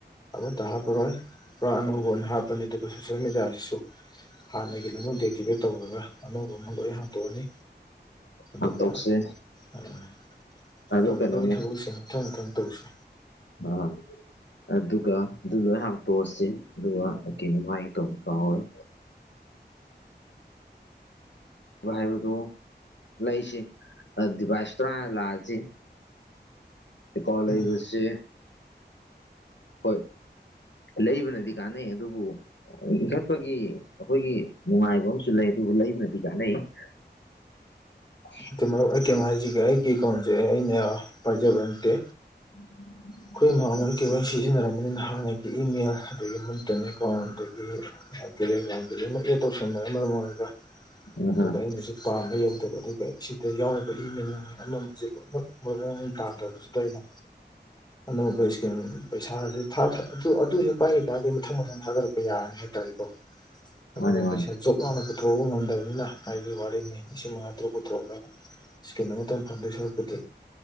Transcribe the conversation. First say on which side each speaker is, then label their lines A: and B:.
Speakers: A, on the left; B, on the left.
A: ꯑꯃꯠꯇ ꯍꯥꯞꯄꯔꯣꯏ ꯄꯨꯔꯥ ꯑꯅꯧꯕ ꯑꯣꯏꯅ ꯍꯥꯞꯄꯅꯤ ꯑꯗꯨꯒ ꯁꯣꯁ‌ꯦꯜ ꯃꯦꯗꯤꯌꯥꯁꯤꯁꯨ ꯍꯥꯟꯅꯒꯤ ꯂꫭꯏꯅꯃꯛ ꯗꯦꯛꯇꯤꯚꯦꯠ ꯇꯧꯔꯒ ꯑꯅꯧꯕ ꯑꯃ ꯂꯣꯏ ꯍꯥꯡꯇꯣꯛꯑꯅꯤ ꯑꯗꯨꯒ
B: ꯍꯥꯡꯇꯣꯛꯁꯦ
A: ꯎꯝ
B: ꯑꯗꯨ
A: ꯇꯧꯒꯗꯕꯨ
B: ꯀꯩꯅꯣꯅꯦ
A: ꯊꯕꯛꯁꯤꯡ ꯃꯊꯪ ꯃꯊꯪ ꯇꯧꯁꯤ
B: ꯑ ꯑꯗꯨꯒ ꯑꯗꯨ ꯂꯣꯏ ꯍꯥꯡꯇꯣꯛꯑꯁꯤ ꯑꯗꯨꯒ ꯑꯩ ꯀꯩꯅꫭꯝ ꯍꯥꯏꯒ‌ꯦ ꯇꯧꯅꯤ ꯀꯥꯎꯒꯔ‌ꯦ ꯚꯥꯏꯕꯗꯨꯣ <unintelligible> ꯂꯩꯁꯤ ꯗꯤꯚꯥꯏꯁ ꯇꯨ ꯍꯥꯟꯅ ꯂꯥꯛꯑꯁꯤ ꯑ‌ꯦꯀꯋꯥꯟ ꯂꯩꯕꯁꯤ
A: ꯎꯝ
B: ꯍꯣꯏ ꯂꯩꯕꯅꯗꯤ ꯀꯥꯟꯅꯩ ꯑꯗꯨꯕꯨ ꯏꯟꯈꯠꯄꯒꯤ ꯑꯩꯈꯣꯏꯒꯤ ꯅꯨꯡꯉꯥꯏꯕ ꯑꯃꯁꯨ ꯂꯩ ꯑꯗꯨꯕꯨ ꯂꯩꯕꯅꯗꯤ ꯀꯥꯟꯅꯩ <inaudible>
A: ꯅꯠꯇꯦ ꯃꯔꯨꯞ ꯑꯩ ꯀꯦꯝ ꯍꯥꯏꯁꯤꯒꯦ ꯑꯩꯒꯤꯑ‌ꯦꯀꯥꯎꯋꯟꯁꯦ ꯑꯩꯅ ꯄꯥꯏꯖꯕ ꯅꯠꯇꯦ
B: ꯎ <unintelligible>
A: ꯑꯩꯈꯣꯏ ꯃꯥꯝꯃ ꯍꫭꯏ ꯀꯩ ꯍꫭꯏꯅ ꯁꯤꯖꯤꯟꯅꯔꯝꯕꯅꯤꯅ ꯍꯥꯟꯅꯒꯤ ꯏꯃꯦꯜ ꯑꯗꯒꯤ ꯃꯨꯟꯇꯟ ꯑꯦꯀꯥꯎꯟ ꯑꯗꯒꯤ ꯑꯥ ꯇ‌ꯦꯂ‌ꯦꯒꯔꯥꯝ ꯀꯩ ꯂꫭꯏꯅꯃꯛ ꯑ‌ꯦꯠ ꯇꯧꯁꯟꯅꯔꯝꯃꯒ <unintelligible>
B: ꯑꯍ
A: ꯑꯗꯨꯒ ꯑꯩꯅꯁꯨ ꯄꯥꯝꯕꯩ ꯌꯧꯗꯕ ꯑꯗꯨꯒ ꯁꯤꯗ ꯌꯥꯎꯔꯤꯕ ꯏꯃꯦꯜ ꯑꯃ ꯑꯃꯁꯦ ꯂꯣꯏꯅꯃꯛ ꯃꯑꯣꯡ ꯃꯔꯤꯟ ꯇꯥꯗꯕꯁꯤꯗ ꯑꯩꯅ
B: <inaudible>
A: ꯑꯅꯧꯕ ꯏꯁꯀꯤꯟ ꯄꯩꯁꯥꯥꯁꯦ <unintelligible> ꯑꯗꯨ ꯑꯗꯨꯗꯨ ꯄꯥꯏꯈꯤ ꯇꯥꯔꯗꯤ ꯃꯊꯪ ꯃꯊꯪ ꯊꯥꯗꯔꯛꯄ ꯌꯥꯔꯅꯤ ꯍꯥꯏꯇꯥꯔꯦꯀꯣ
B: <inaudible>
A: ꯑꯗꯨꯒ
B: ꯃꯥꯅꯦ
A: ꯄꯩꯁꯥ ꯖꯣꯕ ꯂꯥꯎꯅ ꯄꯨꯊꯣꯛꯕ ꯉꯝꯗꯕꯅꯤꯅ ꯍꯥꯏꯗꯤ ꯋꯥꯔꯤꯅꯤ ꯂꯤꯁꯤꯡ ꯃꯉꯥ ꯇꯔꯨꯛ ꯊ <unintelligible> ꯏꯁꯀꯤꯟ ꯑꯃꯇꯪ ꯐꯪꯗꯣꯏ ꯁꯔꯨꯛꯄꯨꯗꯤ